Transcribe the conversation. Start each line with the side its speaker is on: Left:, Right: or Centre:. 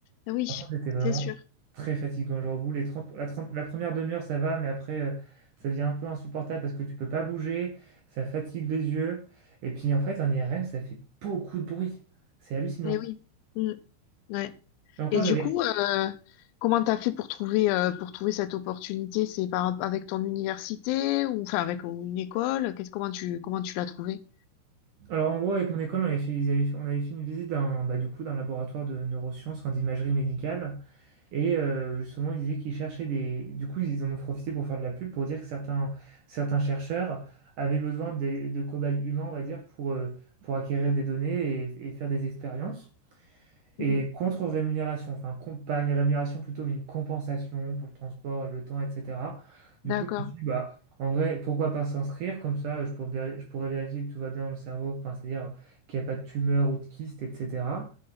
Left: Ah Oui,
Right: Par contre, c'était vraiment
Left: c'est sûr.
Right: très fatigant. Genre, au bout, les trente, la, 30, la première demi-heure, ça va, mais après, euh, ça devient un peu insupportable parce que tu peux pas bouger, ça fatigue les yeux. Et puis, en fait, un IRM, ça fait beaucoup de bruit. C'est hallucinant.
Left: Eh oui. Mm. Ouais.
Right: Et encore,
Left: Et du
Right: j'avais...
Left: coup, euh, comment t'as fait pour trouver euh, pour trouver cette opportunité? C'est par avec ton université ou enfin avec une école? Qu'est-ce comment tu comment tu l'as trouvé?
Right: Alors, en gros, avec mon école, on avait fait, ils avaient fait- on avait fait une visite d'un, bah, du coup, d'un laboratoire de neurosciences, enfin, d'imagerie médicale. Et euh, justement, ils disaient qu'ils cherchaient des... Du coup, ils en ont profité pour faire de la pub, pour dire que certains, certains chercheurs avaient besoin des- de cobayes humains, on va dire, pour, euh, pour acquérir des données et, et faire des expériences. Et
Left: Mhm.
Right: contre-rémunération, enfin com- pas une rémunération plutôt, mais une compensation pour le transport et le temps, etc. Du
Left: D'accord.
Right: coup, je me suis dit, bah, en vrai, pourquoi pas s'inscrire comme ça, je pourrais, vér- je pourrais vérifier que tout va bien dans le cerveau, enfin, c'est-à-dire qu'il n'y a pas de tumeur ou de kyste, etc.